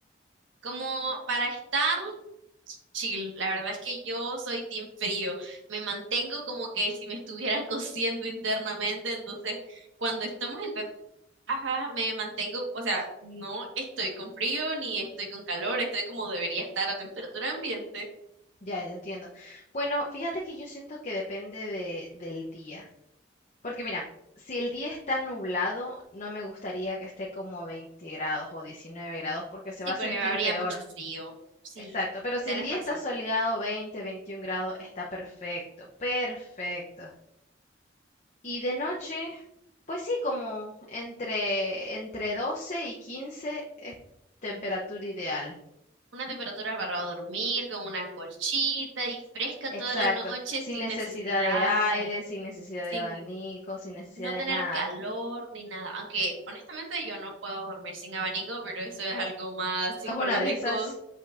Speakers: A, on the right; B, on the left.
A: como para estar chill. La verdad es que yo soy team frío. Me mantengo como que si me estuviera <laughs> cociendo internamente. Entonces, cuando estamos en ajá, me mantengo, o sea, no estoy con frío ni estoy con calor, estoy como debería estar a temperatura ambiente.
B: Ya, ya entiendo. Bueno, fíjate que yo siento que depende de, del día. Porque mira, si el día está nublado, no me gustaría que esté como 20 grados o 19 grados, porque se
A: Sí,
B: va a
A: porque
B: sentir
A: habría
B: peor.
A: mucho frío. Sí,
B: Exacto, pero si
A: tienes
B: el día
A: razón.
B: está soleado, 20, 21 grados, está perfecto, perfecto. Y de noche, pues sí, como entre, entre 12 y 15 es temperatura ideal.
A: Una temperatura para dormir, con una colchita y fresca
B: Exacto.
A: toda la noche
B: Sin
A: sin
B: necesidad
A: necesidad,
B: de aire,
A: eh,
B: sin necesidad
A: sin
B: de abanico, sin necesidad
A: no
B: de
A: tener
B: nada.
A: calor ni nada. Aunque honestamente yo no puedo dormir sin abanico, pero eso es algo más
B: Esta
A: psicológico.
B: una de esas.